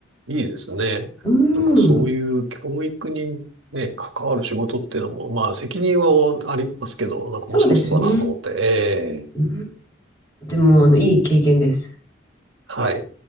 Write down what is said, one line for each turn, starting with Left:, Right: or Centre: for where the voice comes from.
Right: いいですね。
Left: う
Right: なんかそういう教育にね、
Left: ん、
Right: 関わる仕事っていうのも、まあ責任はありますけど、なんか面白そうだなと思って、
Left: そうですね。
Right: ええ、
Left: うん、とてもあのいい経験です。
Right: はい。